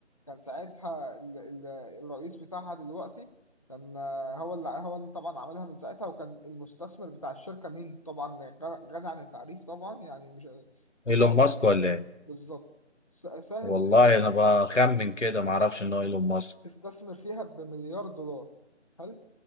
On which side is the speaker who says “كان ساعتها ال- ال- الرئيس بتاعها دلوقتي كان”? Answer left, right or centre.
Left